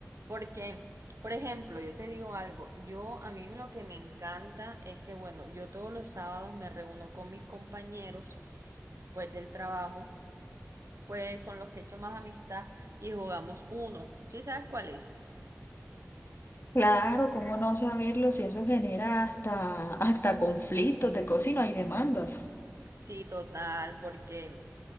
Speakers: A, on the right; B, on the left.
A: Porque, por ejemplo, yo te digo algo, yo a mí lo que me encanta es que, bueno, yo todos los sábados me reúno con mis compañeros, pues del trabajo. pues con los que he hecho más amistad y jugamos uno. ¿Sí sabes cuál es?
B: Claro, ¿cómo no saberlo si eso genera hasta, hasta conflictos de cosas y no hay demandas?
A: Sí, total, porque